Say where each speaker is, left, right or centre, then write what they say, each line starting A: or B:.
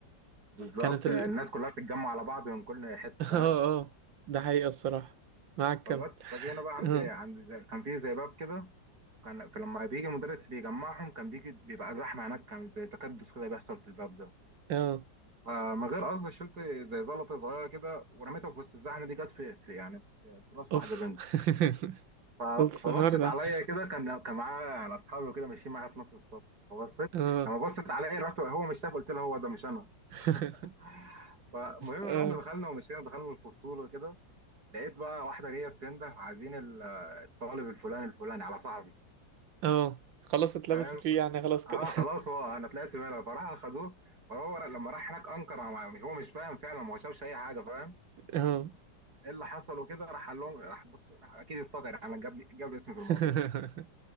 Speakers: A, on the right (about 55°); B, on the right (about 80°).
A: بالظبط
B: كانت ال...
A: الناس كلها بتتجمع على بعض من كل حته
B: <laughs> اه
A: فاهم
B: اه ده حقيقة الصراحة معاك
A: فبس
B: كم
A: فجينا بقى عندي
B: اه.
A: عند زي... كان في زي باب كده كان فلما بيجي المدرس بيجمعهم كان بيجي بيبقى زحمه هناك كان زي تكدس كده بيحصل في الباب ده
B: اه
A: فمن غير قصد شلت زي زلطه صغيره كده ورميتها في وسط الزحمه دي جت في, في يعني في, في راس
B: اوف
A: واحده بنت
B: <laughs>
A: ف-
B: اوف
A: فبصت
B: حوار ده
A: عليا كده كان كان معاه يعني اصحابي وكده ماشيين معايا في نفس الصف فبصيت
B: اه
A: لما بصت عليا رحت هو مش شايف قلت له هو ده مش انا
B: <laughs>
A: <laughs> فالمهم
B: اه
A: رحنا دخلنا ومشينا دخلنا الفصول وكده لقيت بقى واحده جايه بتنده عايزين ال- الطالب الفلاني الفلاني على صاحبي
B: اه خلاص اتلبست
A: فاهم
B: فيه
A: ف-
B: يعني خلاص كده
A: اه خلاص هو انا طلعت بالها فراح خدوه فهو لما راح هناك انكر على- هو مش فاهم فعلا ما هو شافش اي حاجه فاهم
B: <laughs> اه
A: ايه اللي حصل وكده راح قال لهم راح بص راح اكيد افتكر يعني جاب لي جاب اسمي في
B: <laughs>
A: الموضوع